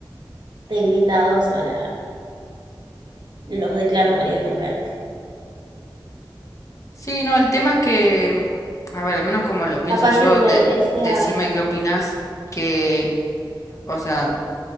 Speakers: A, on the right; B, on the left.
A: de invitados a la, los declaro marido y mujer.
B: Sí, no, el tema es que, mm, a ver, al menos como lo pienso
A: Capaz
B: yo,
A: en una
B: de-
A: iglesia
B: decime qué opinas, que, o sea,